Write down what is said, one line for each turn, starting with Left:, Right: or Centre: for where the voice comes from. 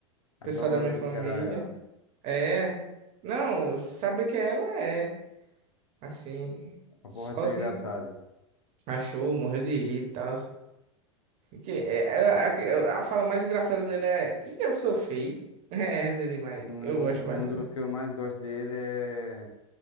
Left: Aí
Right: pessoal
Left: tua avó
Right: da minha
Left: disse
Right: família.
Left: que era ela.
Right: É. Não, sabe que ela é, assim.
Left: A porra
Right: Só
Left: achou
Right: de
Left: engraçado.
Right: Achou, morreu de rir e tal. Que, é, é, a, que- é, a fala mais engraçada dele é: E eu sou feio? <laughs> É, essa é demais.
Left: Não,
Right: Eu gosto bastante.
Left: um dos que eu mais gosto dele é.